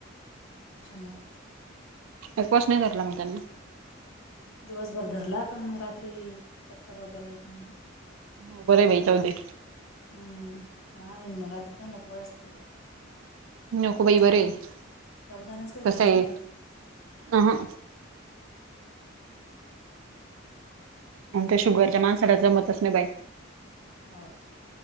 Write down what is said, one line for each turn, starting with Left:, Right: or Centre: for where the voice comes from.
Left: त्याच्यामुळं
Right: उपवास नाही धरला मग त्यांनी?
Left: दिवसभर धरला पण मंग रात्री चक्कर वगैरे येते म्हणे,
Right: हो बरय बाई, जाऊदे.
Left: हम्म, आम्ही ना रात्री तेनला पोळ्याच देतो.
Right: नको बाई बरं आहे,
Left: साबुदाणाच काही
Right: कस
Left: करणार
Right: आहे अ ह. आणी त्या शुगरच्या माणसाला जमतच नाही बाई.
Left: हाव,